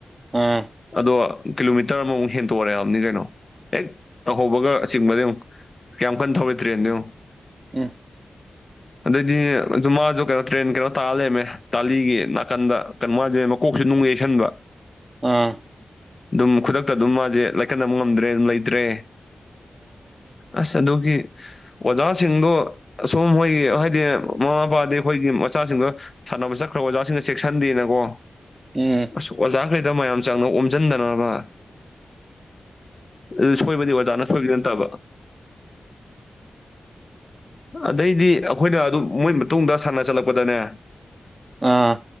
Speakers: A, on the right; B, on the left.
A: ꯎꯝ
B: ꯑꯗꯣ ꯀꯤꯂꯣꯃꯤꯇꯔ ꯑꯃꯃꯨꯛ ꯍꯦꯟꯇꯣꯔꯛ ꯑꯕꯅꯤ ꯀꯩꯅꯣ ꯍꯦꯛ ꯍꯧꯕꯒ ꯆꯤꯡꯕꯅꯤ ꯌꯦꯡꯉꯨ ꯀꯌꯥꯝ ꯀꯟ ꯊꯧꯋꯤ ꯇ꯭ꯔꯦꯟꯗꯨ ꯌꯦꯡꯉꯨ
A: ꯎꯝ
B: ꯑꯗꯩꯗꯤ ꯑꯗꯨ ꯃꯥꯁꯨ ꯀꯩꯅꯣ ꯇ꯭ꯔꯦꯟ ꯀꯩꯅꯣ ꯇꯥ ꯂꯩꯔꯝꯃꯦ ꯇꯥꯂꯤꯒꯤ ꯅꯥꯀꯟꯗ ꯀꯩꯅꯣ ꯃꯥꯁꯦ ꯃꯀꯣꯛꯁꯦ ꯅꯨꯡ ꯌꯩꯁꯟꯕ
A: ꯑꯥ
B: ꯑꯗꯨꯝ ꯈꯨꯗꯛꯇ ꯑꯗꯨꯝ ꯃꯥꯖꯦ ꯂꯥꯏꯈꯠꯅꯕ ꯉꯝꯗ꯭ꯔꯦ ꯑꯗꯨꯝ ꯂꯩꯇ꯭ꯔꯦ ꯑꯁ ꯑꯗꯨꯒꯤ ꯑꯣꯖꯥꯁꯤꯡꯗꯣ ꯁꯨꯝ ꯃꯣꯏꯒꯤ ꯍꯥꯏꯗꯤ ꯃꯃꯥ ꯃꯄꯥꯗꯤ ꯑꯩꯈꯣꯏꯒꯤ ꯃꯆꯥꯁꯤꯡꯗꯣ ꯁꯥꯟꯅꯕ ꯆꯠꯈ꯭ꯔ ꯑꯣꯖꯥꯁꯤꯡꯁꯦ ꯆꯦꯛꯁꯤꯟꯗꯦꯅꯀꯣ
A: ꯎꯝ
B: ꯑꯁ ꯑꯣꯖꯥꯈꯩꯗ ꯃꯌꯥꯝ ꯆꯪꯅ ꯑꯣꯝꯁꯤꯟꯗꯅꯕ ꯑꯗꯨ ꯁꯣꯏꯕꯗꯤ ꯑꯣꯖꯥꯅ ꯁꯣꯏꯕꯗꯤ ꯅꯠꯇꯕ ꯑꯗꯩꯗꯤ ꯑꯩꯈꯣꯏꯅ ꯑꯗꯨ ꯃꯣꯏ ꯃꯇꯨꯡꯗ ꯁꯥꯟꯅ ꯆꯠꯂꯛꯄꯗꯅꯦ
A: ꯑꯥ